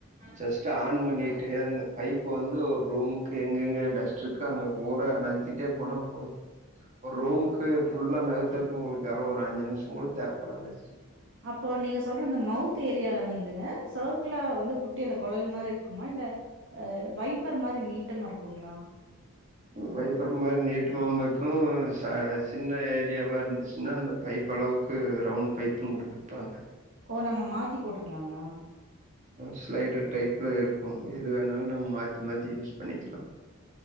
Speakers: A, on the right (about 35°); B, on the right (about 60°).
A: ஜஸ்ட் ஆன் பண்ணிட்டு அந்த பைப் வந்து ஒரு ரூமுக்கு எங்கெங்க டஸ்ட் இருக் கோ அங்க போறா நகத்திட்டே போனா போது ஒரு ரூமுக்கு ஃபுல்லா நகத்துக்கு உங்களுக்கு எவ்வளவு ஒரு அஞ்சு நிமிஷ கூட தேவைப்படாது ஆச்சு
B: அப்போ நீங்க சொல்ற அந்த மௌத் து ஏரியால வந்துங்க சர்கலா வந்து குட்டி அந்த குளஸ் மாதிரி இருக்குமா இல்ல வைப் பேர் மாதிரி நீட்டாமா இருக்குங்களா
A: வைப்புற மாதிரி நீட்டமா இருக்கு ச சின்ன ஏரியாவா இருந்துச்சுன்னா அந்த பைப் அளவுக் கு ரவுண்ட் பைப்பு கொடுத்துருப்பாங்க
B: ஓ நம்ம மாத்தி போட்டுக்கலாங்களா
A: ஸ்லைட் டைப்ல இருக்கு எது வேணாலு நம்ம மாத்தி மாத்தி யூஸ் பண்ணிக்கலா